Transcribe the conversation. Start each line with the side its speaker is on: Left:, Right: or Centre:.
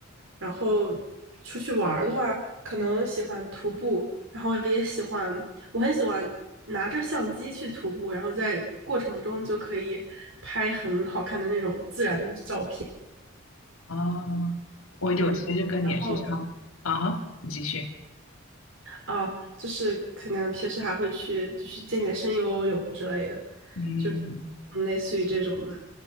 Right: 然后出去玩儿的话，可能喜欢徒步，然后也喜欢，我很喜欢拿着相机去徒步，然后在过程中就可以拍很好看的那种自然的照片。
Left: 哦，我有些就跟你也是差不啊，
Right: 嗯，然后
Left: 你继续。
Right: 啊，就是可能平时还会去，就是健健身、游游泳之类的，
Left: 嗯，
Right: 就嗯类似于这种嘛。